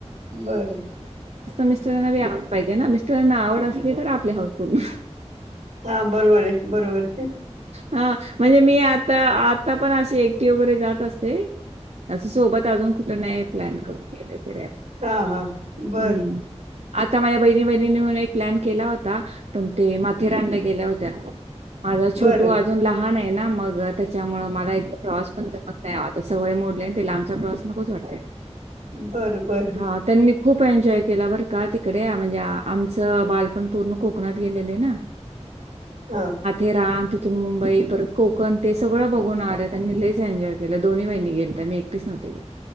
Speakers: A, on the right; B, on the right.
A: बर
B: मिस्टरांना आवड पाहिजे ना. मिस्टरांना आवड असली तर आपली हाऊस पूर्ण.
A: हा बरोबर आहे. बरोबर.
B: हा म्हणजे मी आता-आता पण. अशी एकटी वगैरे जात असते. असं सोबत अजून कुठ नाही प्लॅन करून गेलेलो. फिरायला.
A: हा हा बर
B: हम्म. आता माझ्या बहिणी-बहिणी मिळून. एक प्लन केला होता. पण ते माथेरानला गेल्या होत्या. माझा छोटू
A: बर
B: अजून लहान आहे. मग त्याच्यामुळे मला एक प्रवास पण जमत नाही आता सवय मोडलिये ना. लांबचा प्रवास नकोच. वाटतय
A: बर बर
B: हा त्यांनी खूप एन्जॉय केला बर का तिकड. आमचं बालपण पूर्ण कोकणात गेला आहे ना.
A: हा
B: तेरान, तिथून मुंबई, परत कोकण, ते सगळं बघून आल्या त्यांनी लईच एन्जॉय केलं दोन्ही बहिणी गेल्या त्या. मी एकटीच नव्हते गेले.